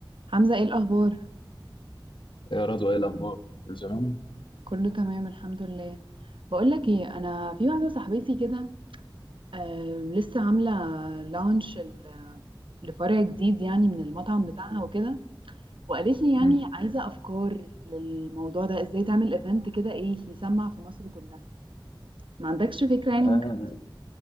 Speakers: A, on the right (about 75°); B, on the left (about 70°).
A: حمزة ايه الأخبار؟
B: يا رضوى ايه الاخبار كل زمان
A: كله تمام الحمد لله بقولك ايه أنا في واحدة صاحبتي كده آه لسه عاملة لانش لفرع جديد يعني من المطعم بتاعها وكده وقالت لي يعني
B: مم.
A: عايزة أفكار للموضوع ده ازاي تعمل ايفنت كده ايه يسمع في مصر كلها ما عندكش فكرة يعني
B: آه،
A: ممكن